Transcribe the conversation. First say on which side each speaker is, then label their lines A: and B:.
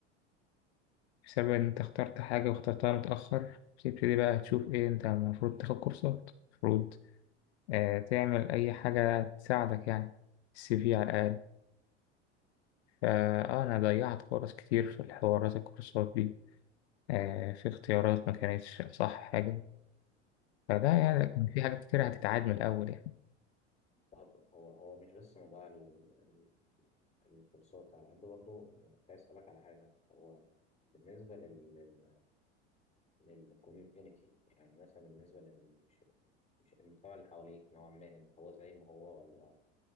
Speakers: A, on the left (about 70°); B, on the left (about 20°).
A: بسبب ان انت اخترت حاجة واخترتها متأخر بتبتدي بقى تشوف ايه انت المفروض تاخد كورسات المفروض آه، تعمل أي حاجة تساعدك يعني السي في على الأقل فأه أنا ضيعت فرص كتير في الحوارات الكورسات دي آه، في اختيارات ما كانتش أصح حاجة فده يعني
B: هو
A: في حاجات كتير هتتعاد من الأول يعني
B: طب هو هو مش بس موضوع ال- ال- الكورسات على قد برضه كنت عايز أسألك على حاجة هو بالنسبة لل للكوميونيتي يعني مثلا بالنسبة لل مش- مش المجتمع اللي حواليك نوعا ما هو زي ما هو ولا